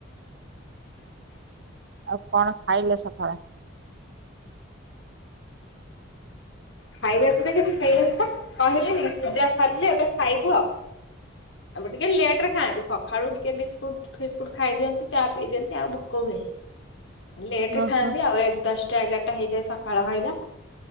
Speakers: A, on the right (about 60°); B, on the left (about 65°).
A: ଆଉ କଣ ଖାଇଲେ ସକାଳେ?
B: ଖାଇବା ସତ କିଛି ହେଇନିପା କହିଲେନି ପୂଜା ସରିଲେ ଏବେ ଖାଇବୁ ଆଉ ଏମ ଟିକେ ଲେଟ ରେ ଖାଆନ୍ତି ସକାଳୁ ଟିକେ ବିସ୍କୁଟ ଫିସ୍କୁଟ ଖାଇଦିଅନ୍ତି ଚା ପିଇ ଦିଅନ୍ତି ଆଉ ଭୋକ ହୁଏନି। ହେ ଲଟ ରେ
A: ଓହୋ
B: ଖାଆନ୍ତି ଆଉ ଏକ ଦସ୍ ଟା ଏଗାରଟା ହେଇଯାଏ ସକ୍ ଖାଳ ଖାଇବା